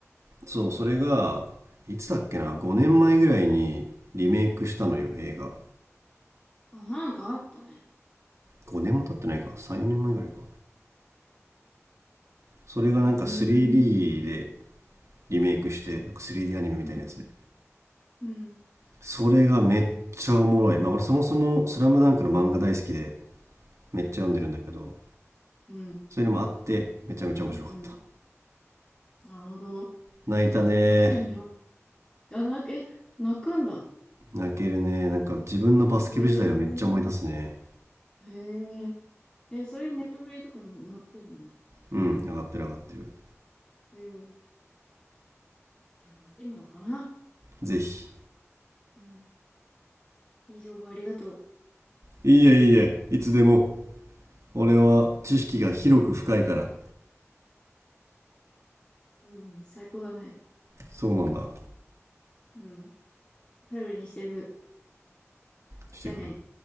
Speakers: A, on the right; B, on the left.
A: そう、それが、いつだっけな、5年前ぐらいにリメイクしたのよ、映画。
B: あ、なんかあったね。
A: 5年も経ってないか、3、4年前ぐらいか。それがなんか
B: うー
A: 3D
B: ん。
A: でリメイクして、なんか 3D アニメみたいなやつで。
B: うん。うん。
A: それがめっちゃおもろい。まあ俺そもそもスラムダンクの漫画大好きでめっちゃ読んでるんだけど、
B: うん。うん。うん。
A: そういうのもあってめちゃめちゃ面白かった。
B: うんなるほど。
A: 泣いたね。
B: じゃあ、なくなってみよう。あ、な、え、泣くんだ。
A: 泣けるね。なんか自分のバスケ部時代はめっちゃ思い出すね。
B: へえ。へえ。え、それネットフリーとかに載ってんの
A: うん、上がってる上がってる。
B: ええ。じゃあ、見てみようかな。
A: ぜひ。
B: うん。いい情報ありがと
A: いいえいいえ、いつでも。俺は知識が広く深いから。
B: う。うん。最高だね。
A: そうなんだ。
B: うん。頼りにしてる。
A: してくれ。
B: じゃあね。